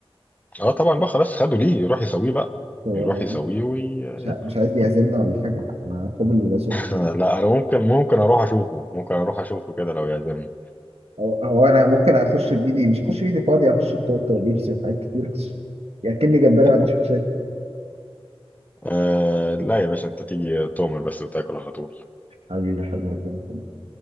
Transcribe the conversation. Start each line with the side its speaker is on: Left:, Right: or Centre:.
Left: اه طبعا بقى خلاص خدوا ليه يروح يسويه بقى
Right: هو
Left: يروح يسويه وي...
Right: مش ع-
Left: <laughs>
Right: مش عايز يعزمنا ولا حاجة؟ مع قابل للعزوم
Left: لا انا ممكن ممكن اروح اشوفه ممكن اروح اشوفه كده لو يعزمنا
Right: هو هو انا ممكن اخش بايدي مش اخش بايدي فاضية اخش بطولة لبسي وحاجات كتير <laughs> ياكلني جمبري
Left: <laughs>
Right: ما عنديش مشاكل
Left: آه لا يا باشا انت تيجي تؤمر بس وتاكل على طول
Right: حبيبي حبيبي ربنا يخليك